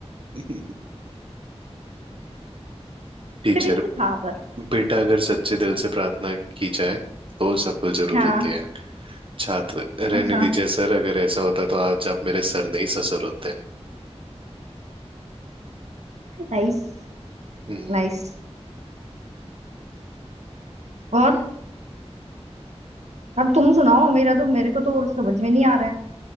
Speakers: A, on the right (about 50°); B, on the right (about 90°).
A: <laughs> टीचर
B: क्रिंज था पर
A: बेटा अगर सच्चे दिल से प्रार्थना की जाए तो सफल जरूर
B: हाँ
A: होती है छात्र रहने
B: अच्छा
A: दीजिए सर अगर ऐसा होता तो आज आप मेरे सर नहीं ससुर होते
B: नाइस
A: हम्म
B: नाइस और अब तुम सुनाओ मेरा तो मेरे को तो और समझ में नहीं आ रहा है